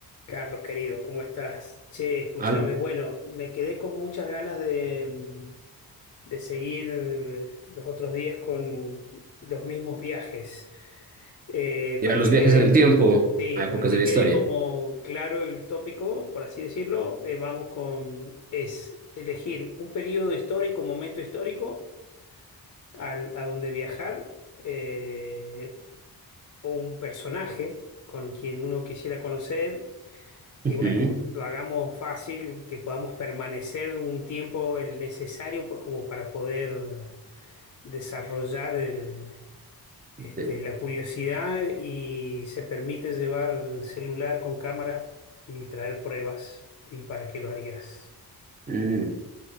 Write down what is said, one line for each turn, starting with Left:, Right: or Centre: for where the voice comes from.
Left: Carlos, querido, ¿cómo estás? Che, escúchame,
Right: A, lo-
Left: bueno, me quedé con muchas ganas de, mm, de seguir eh, los otros días con los mismos viajes. Eh,
Right: y
Left: para
Right: a los
Left: que
Right: viajes
Left: quede,
Right: en el tiempo,
Left: sí,
Right: a épocas
Left: para que
Right: de la
Left: quede
Right: historia.
Left: como claro el tópico, por así decirlo, eh, vamos con, es elegir un periodo histórico, momento histórico, al- a donde viajar, eh, o un personaje con quien uno quisiera conocer y
Right: Ujú.
Left: bueno, lo hagamos fácil, que podamos permanecer un tiempo el necesario pa- como para poder desarrollar el-
Right: Sí,
Left: este,
Right: güey.
Left: la curiosidad y se permite llevar celular con cámara y traer pruebas. ¿Y para qué lo harías?
Right: Mm.